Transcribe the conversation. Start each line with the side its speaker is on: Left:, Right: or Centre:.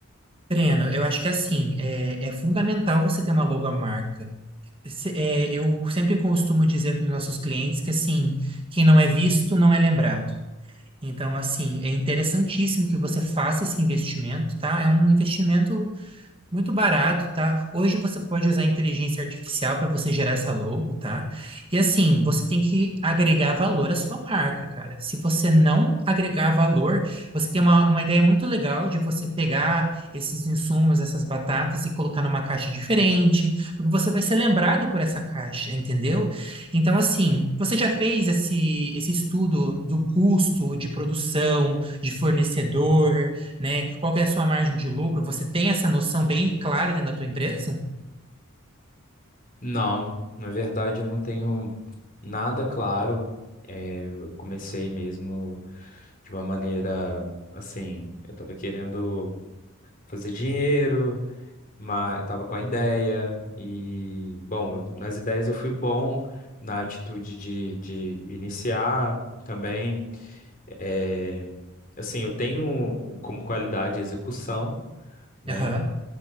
Right: Breno, eu acho que assim, é, é fundamental você ter uma logomarca. Se- é, eu sempre costumo dizer para os nossos clientes que assim, quem não é visto não é lembrado. Então, assim, é interessantíssimo que você faça esse investimento, tá? É um investimento Muito barato, tá? Hoje você pode usar a inteligência artificial para você gerar essa logo, tá? E assim, você tem que agregar valor à sua marca, cara. Se você não agregar valor, você tem uma, uma ideia muito legal de você pegar esses insumos, essas batatas e colocar numa caixa diferente, porque você vai ser lembrado por essa caixa, entendeu? Então, assim, você já fez esse, esse estudo do custo de produção, de fornecedor? né? Qual que é a sua margem de lucro? Você tem essa noção bem clara dentro da tua empresa?
Left: Não, na verdade eu não tenho nada claro. É, eu comecei mesmo de uma maneira assim, eu tava querendo fazer dinheiro. mas tava com a ideia e, bom, eu- nas ideias eu fui bom, na atitude de, de iniciar também. É, assim, eu tenho como qualidade execução, né?
Right: Aham,